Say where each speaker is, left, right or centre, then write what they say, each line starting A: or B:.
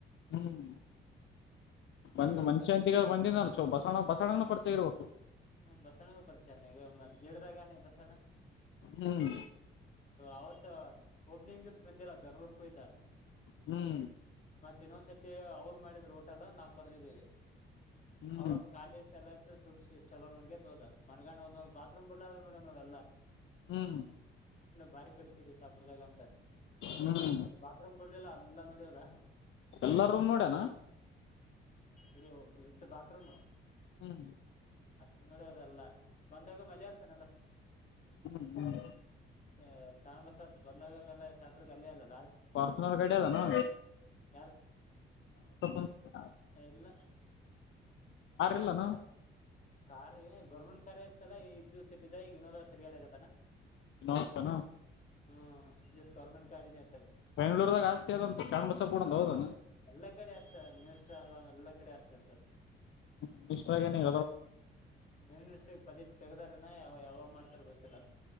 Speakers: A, on the left; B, on the left.
A: ಹ್ಮ್ ಬಂದ್
B: ಊರಿಗ್
A: ಮನುಷ್ಯ
B: ಹೋದ್ರ
A: ಅಂತಿಗ ಬಂದಿನ ಬಸಣ್ಣ ಬಸಣ್ಣನು ಪರಿಚಯಾ ಇರ್ಬೇಕು
B: ಹ್ಮ ಬಸಣ್ಣನುವೆ ಪರಿಚಯಾನ ಈಗ ಮತ್ ಬಸಣ್ಣ
A: ಹ್ಮ್
B: ಅವತ್ತು ಓಪನಿಂಗ್ ದಿವಸ ಬಂದಿಲ್ಲ ಬೆಂಗಳೂರಿಗೆ ಹೋಗಿದ್ದ
A: ಹ್ಮ್
B: ಮತ್ತ ಇನ್ನೊಂದ್ಸತಿ ಅವ್ರು ಮಾಡಿದ್ರ ಓಟೆಲ್ ನಾವು ಕರೆದಿದ್ದೀವಿ
A: ಹ್ಮ್
B: ಅವಾಗ ಖಾಲಿ ಎಲ್ಲ ಇತ್ತು ಸೂಕ್ಷ್ ಚಲೋ ನೋಡಿಕೊಂಡು ಹೋದ ಮನಗ ಒಂದು ಬಾತ್ರೂಮ್ ಬಿರ್ಲಾಡ್ ನೋಡು ನೋಡೇಲ್ಲ
A: ಹ್ಮ್
B: ಬಾರಿ ಕಡಿಸಿದರಿ ಶಾಪ್ರದಾಗ ಅಂತ
A: ಹ್ಮ್
B: ಒಂದು ಬಾತ್ರೂಮ್ ಬಿಡ್ಲಿಲ್ಲ ಎಲ್ಲ ನೋಡಿ ಹೋದ
A: ಎಲ್ಲ ರೂಮ್ ನೋಡ್ಯನ
B: ಇಡ ಇತ್ತು ಬಾತ್ರೂಮ್
A: ಹ್ಮ್
B: ಅಷ್ಟು ನಡಿಯೋದೆಲ್ಲ ಬಂದಾಗ ಮನೇಲೆರ್ತಾನಲ್ಲ
A: ಹ್ಮ್ ಹ್ಮ್
B: ಹೇ ಶ್ಯಾಮಪ ಬಂದಾಗ ಶಾಪ್ ಇರೋದು ಅಲ್ಲೇ ಅಲ್ವಾ
A: ಪರ್ಸನಲ್ ಗಾಡಿ ಅದನ
B: ಯಾರ್ದ
A: <unintelligible>
B: ಇಲ್ಲ
A: ಇಲ್ಲನ
B: ಕಾರು ಗೌರ್ಮೆಂಟ್ ಕಾರೇ ಇತ್ತಲ್ಲ ಇದು ಸಿಟಿದ ಈಗ ಇನ್ನೋದ ತಿರ್ಗಾಡೆ ಆಕತಾನ
A: ಇನ್ನೊಂದುಅಯ್ತೆನ
B: ಹ್ಮ ಎಸ್ ಗವರ್ನಮೆಂಟ್ ಗಾಡಿನ
A: ಬೆಂಗಳೂರುದಾಗ ಆಸ್ತಿ ಅದಂತು ಚೆನ್ನಬಸಪ್ಪದು ಹೌದೇನೋ
B: ಎಲ್ಲ ಕಡೆ ಆಸ್ತಿ ಆದ ಮಿನಿಸ್ಟರ್ ಅದನ್ನ ಎಲ್ಲ ಕಡೆ ಆಸ್ತಿ ಇರ್ತದೆ
A: ಮಿನಿಸ್ಟರ್ ಆಗನ
B: ಮಿ ಪದ ತೆಗದಾರನ ಯಾವ ಯಾವ ಮಾಡ್ತಾರ ಗೊತ್ತಿಲ್ಲ